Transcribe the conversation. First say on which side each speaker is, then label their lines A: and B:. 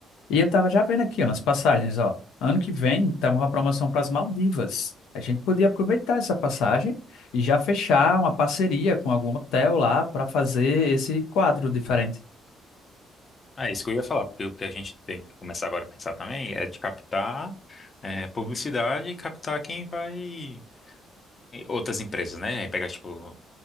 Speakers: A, on the left; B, on the left.
A: E eu tava já vendo aqui, ó, as passagens, ó. Ano que vem tá uma promoção para as Maldivas. A gente podia aproveitar essa passagem e já fechar uma parceria com algum hotel lá para fazer esse quadro diferente.
B: Ah, isso que eu ia falar, porque o que a gente tem que começar agora a pensar também é de captar eh, publicidade e captar quem vai. e Outras empresas, né? Pegar, tipo,